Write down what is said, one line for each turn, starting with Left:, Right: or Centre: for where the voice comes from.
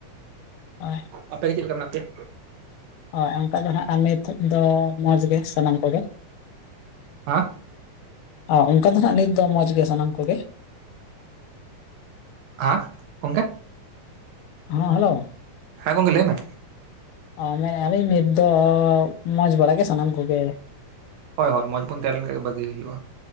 Left: ᱦᱳᱭ᱾
Right: ᱟᱯᱮ ᱜᱮ ᱪᱮᱫ ᱞᱮᱠᱟ ᱢᱮᱱᱟᱜ ᱯᱮᱭᱟ?
Left: ᱦᱚᱭ ᱚᱱᱠᱟ ᱫᱚ ᱱᱟᱦᱟᱜ ᱟᱨ ᱱᱤᱛ ᱫᱚ ᱢᱚᱡᱽ ᱜᱮ ᱥᱟᱱᱟᱢ ᱠᱚᱜᱮ᱾
Right: ᱦᱮᱸ᱾
Left: ᱚ ᱚᱱᱠᱟ ᱫᱚ ᱱᱟᱜ ᱱᱤᱛ ᱫᱚ ᱢᱚᱡᱽ ᱜᱮ ᱥᱟᱱᱟᱢ ᱠᱚᱜᱮ᱾
Right: ᱟᱜ ᱜᱚᱢᱠᱮ
Left: ᱦᱮᱸ ᱦᱮᱞᱳ᱾
Right: ᱦᱮᱸ ᱜᱚᱢᱠᱮ ᱞᱟᱹᱭ ᱢᱮ᱾
Left: ᱚ ᱢᱮᱱᱮᱫᱼᱟ ᱞᱤᱧ ᱱᱤᱛ ᱫᱚ ᱢᱚᱡᱽ ᱵᱟᱲᱟ ᱜᱮ ᱥᱟᱱᱟᱢ ᱠᱚᱜᱮ᱾
Right: ᱦᱚᱭ ᱦᱚᱭ ᱢᱚᱸᱡᱽ ᱵᱚᱱ ᱛᱟᱦᱮᱸ ᱞᱮᱱᱠᱷᱟᱱ ᱵᱷᱟᱹᱜᱤ ᱦᱩᱭᱩᱜᱼᱟ